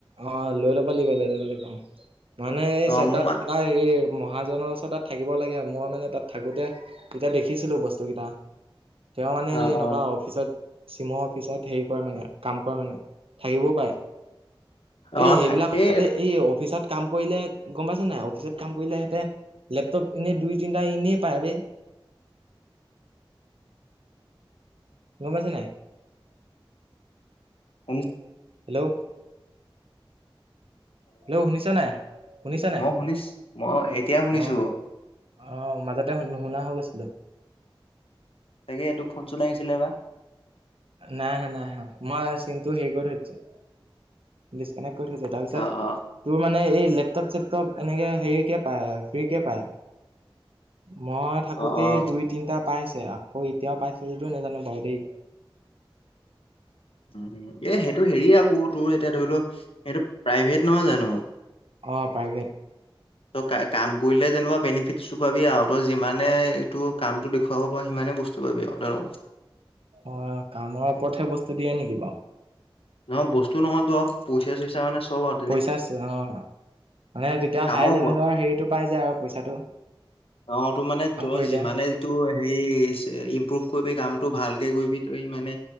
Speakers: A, on the right; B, on the left.
A: অ' লৈ লব লাগিব লৈ ল'ব লাগিব অ মানে এই
B: অ
A: চেণ্টাৰত।
B: মোৰ মান
A: তাৰ এই মহাজনৰ ওচৰত তাত থাকিব লাগে। আৰু মই মানে তাত থাকোঁতে। এতিয়া দেখিছিলো বস্তু কেইটা তেওঁ মানে
B: অ
A: এই
B: অ
A: এনেকুৱা অফিচত। চিমৰ অফিচত হেৰি কৰে মানে কাম কৰা মানে থাকিবও পাৰে।
B: অ
A: এই সেইবিলাকতে
B: থাকেই
A: এই অফিচত। কাম কৰিলে গম পাইছে নাই অফিচত কাম কৰিলে সিহঁতে লেপটপ এনেই দুই তিনটা এনেই পায় বেই। গম পাইছে নাই।
B: শুনিছা
A: হেল্ল,। হেল্ল' শুনিছ নাই শুনিছা নাই
B: মই শুনিছ মই এতিয়া শুনিছো
A: অ' অ'মাজতে শু নুশুনা হৈ গৈছিলো।
B: তাকে এইটো ফোন চোনা আহিছিলে বা।
A: নাই অহা নাই অহা মই চিমটো হেৰি কৰি থৈ দিছোঁ। ডিচকানেক্ট কৰি থৈছে তাৰপিছত।
B: অ অ
A: তোৰ মানে এই লেপটপ চেপটপ এনেকে হেৰি কে পায় ফ্ৰী কে পায়। মই থাকোতেই
B: অ অ
A: দুই তিনটা পাইছে আকৌ এতিয়াও পাইছে যদিও নাজানো বাৰু দেই।
B: এ সেইটো হেৰিয়ে আকৌ তোৰ। এতিয়া ধৰি লওক এইটো প্ৰাইভেট নহয়, জানো।
A: অ' প্ৰাইভেট
B: ত কা কাম কৰিলে যেনিবা বেনিফিটটোচটো পাবি আও ত যিমানে এইটো কামতটো দেখুৱাব পাৰ সিমানে বস্তু। বস্তু পাবি আও <inaudible>
A: অ' কামৰ ওপৰতহে বস্তু দিয়ে নেকি বাৰু
B: নহয় বস্তু নহয় তো আউ পইচা চইচা মানে চব আউ।
A: পইচাচ অ' মানে তেতিয়া
B: কামৰ
A: হাই লেভেলৰ
B: ওপৰত।
A: হেৰিতটো পাই যায় আৰু পইচাটো।
B: অ' তোৰ মানে
A: কাম
B: তোৰ
A: কৰিলে
B: যিমানে টোৰ হেৰী ইম্প্ৰুভ কৰিবি কামতটো ভালকে কৰিবি ত ইমানে।